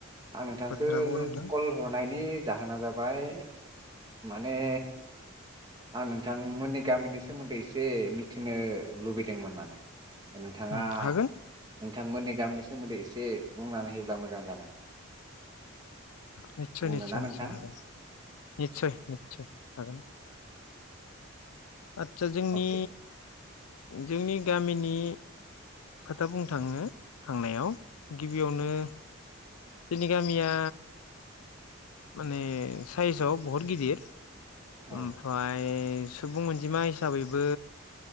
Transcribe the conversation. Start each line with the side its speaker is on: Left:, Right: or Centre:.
Right: आं नोंथांखौ
Left: बोथोराबो गरम ना
Right: कल हरनायनि जाहोना जाबाय माने आं नोंथांमोननि गामिनि सोमोन्दै एसे मिथिनो लुबैदोंमोन माने नोंथाङा
Left: उम
Right: <unintelligible>
Left: हागोन
Right: नोंथांमोननि गामिनि सोमोन्दै एसे बुंनानै होयोब्ला मोजां जागोन?
Left: नितसय
Right: बुंनोना
Left: नितसय
Right: नोंथां
Left: निसय हागोन नितसय नितसय हागोन आदसा जोंनि
Right: अके
Left: जोंनि गामिनि खोथा बुंनो थाङो थांनायाव गिबियावनो जोंनि गामिया माने सायसाव बहुत गिदिर
Right: औ
Left: ओमफ्राय सुबुं अनजिमा हिसाबैबो